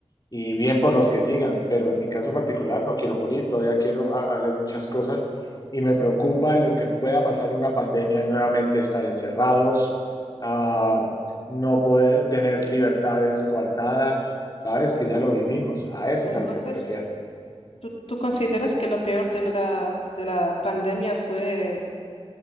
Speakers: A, on the left (about 35°); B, on the left (about 65°).
A: y bien por los que sigan, pero en mi caso particular no quiero morir, todavía quiero ha- hacer muchas cosas y me preocupa lo que pueda pasar una pandemia, nuevamente estar encerrados, ah, no poder tener libertades coartadas, sabes que ya lo vivimos, a eso
B: Entonces,
A: es a lo que me refiero.
B: ¿tú, tú consideras que lo peor de la, de la pandemia fue